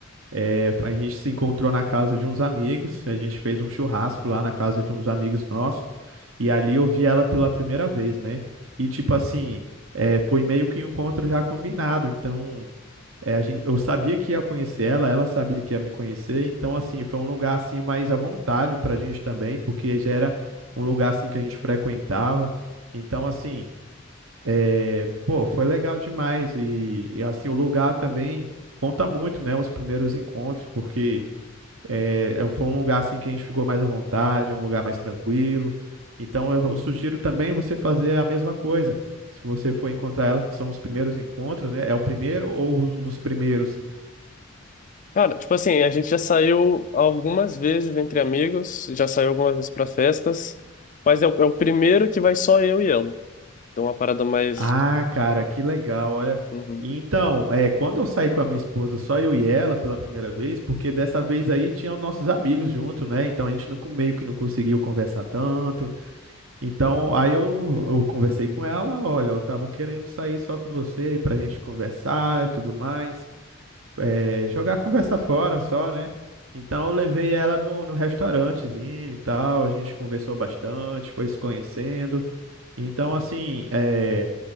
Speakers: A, on the right; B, on the left.
A: É, a gente se encontrou na casa de uns amigos, a gente fez um churrasco lá na casa de uns amigos nossos, e ali eu vi ela pela primeira vez, né? E tipo assim, é, foi meio que um encontro já combinado, então é, a gente, eu sabia que ia conhecer ela, ela sabia que ia me conhecer, então assim, foi um lugar assim mais à vontade pra gente também, porque já era um lugar assim que a gente frequentava, então assim. É, pô, foi legal demais e, e, assim o lugar também conta muito, né? Os primeiros encontros, porque é, é- foi um lugar assim que a gente ficou mais à vontade, um lugar mais tranquilo. Então eu, eu sugiro também você fazer a mesma coisa. Se você for encontrar ela, são os primeiros encontros, né? É o primeiro ou um dos primeiros
B: Cara, tipo assim, a gente já saiu algumas vezes entre amigos, já saiu algumas vezes para festas, mas é o, é o primeiro que vai só eu e ela, então é uma parada mais...
A: Ah, cara, que legal, olha.
B: Uhum,
A: E Então, é, quando eu saí com a minha esposa, só eu e ela pela primeira vez, porque dessa vez aí tinham nossos amigos junto, né? Então a gente não, meio que não conseguiu conversar tanto. Então, aí eu, eu conversei com ela, olha, eu tava querendo sair só com você pra gente conversar e tudo mais. É, jogar a conversa fora só, né? Então eu levei ela no, no restaurantezinho e tal, a gente conversou bastante, foi se conhecendo. Então, assim, é.